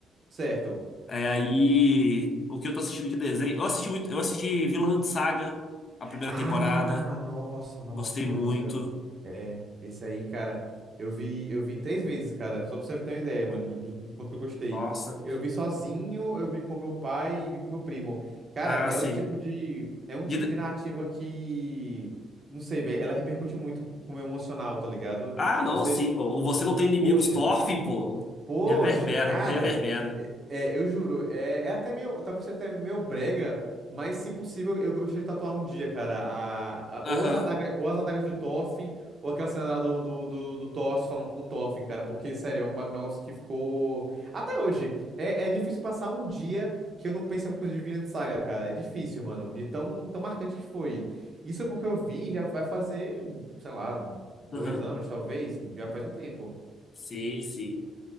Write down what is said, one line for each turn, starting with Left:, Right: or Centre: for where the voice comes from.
Right: certo.
Left: É, aí, o que eu tô assistindo de desenho. Eu assisti muito... eu assisti Vinland Saga, a primeira
Right: Ah,
Left: temporada.
Right: nossa, nossa,
Left: Gostei
Right: meu
Left: muito.
Right: Deus do céu. É, esse aí, cara, eu vi, eu vi três vezes, cara, só pra você ter uma ideia, mano, de- de- do quanto que eu gostei.
Left: Nossa.
Right: Eu vi sozinho, eu vi com meu pai e vi com meu primo. Cara,
Left: Ah,
Right: é
Left: sim.
Right: o tipo de, é um
Left: De-
Right: tipo de narrativa que, não sei, velho, ela repercute muito com o meu emocional, tá ligado?
Left: Ah, não,
Right: Você,
Left: sim, pô. O Você Não Tem Inimigos,
Right: poxa.
Left: Thorfinn, pô.
Right: Poxa,
Left: Reverbera,
Right: cara,
Left: reverbera.
Right: é, é, eu juro, é, é até meio, talvez seja até meio brega, mas se possível eu gostaria de tatuar um dia, cara, a, a-
Left: Aham,
Right: ou as adagas, ou as adagas do Thorfinn, ou aquela cena lá do, do, do, do Thor falando com o Thorfinn, cara, porque, sério, é um negócio que ficou... Até hoje, é, é difícil passar um dia que eu não pense em alguma coisa de Vinland Saga, cara, é difícil, mano, de tão, tão marcante que foi. Isso é porque eu vi, já vai fazer, sei lá, dois
Left: aham.
Right: anos, talvez, já faz um tempo.
Left: Sim, sim.